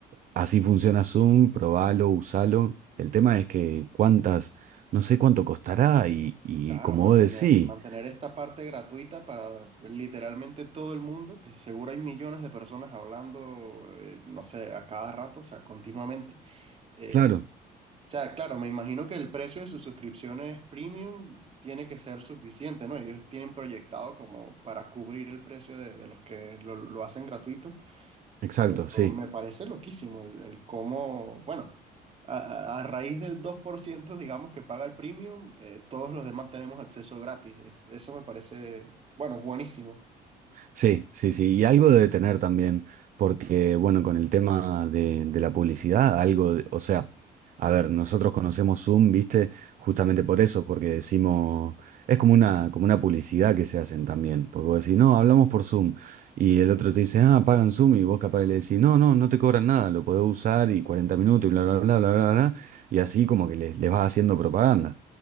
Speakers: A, on the right (about 50°); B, on the right (about 35°).
A: Así funciona Zoom, probalo, usalo. El tema es que cuántas, no sé cuánto costará y, y
B: claro,
A: como
B: mantener,
A: vos decís,
B: mantener esta parte gratuita para literalmente todo el mundo, que seguro hay millones de personas hablando, eh, no sé, a cada rato, o sea, continuamente. Eh,
A: claro,
B: o sea, claro, me imagino que el precio de sus suscripciones premium tiene que ser suficiente, ¿no? Ellos tienen proyectado como para cubrir el precio de, de los que lo, lo hacen gratuito.
A: exacto,
B: Pero
A: sí.
B: me parece loquísimo el, el cómo, bueno, a, a- a raíz del 2% digamos, que paga el premium, eh, todos los demás tenemos acceso gratis. Es- eso me parece, bueno, buenísimo.
A: Sí, sí, sí, y algo debe tener también, porque bueno, con el tema de, de la publicidad, algo, de- o sea, a ver, nosotros conocemos Zoom, ¿viste? Justamente por eso, porque decimos, es como una, como una publicidad que se hacen también, porque vos decís, no, hablamos por Zoom, y el otro te dice, ah, pagan Zoom, y vos capaz le decís, no, no, no te cobran nada, lo podés usar y 40 minutos y bla, bla, bla, bla, bla, bla, y así como que les, les vas haciendo propaganda.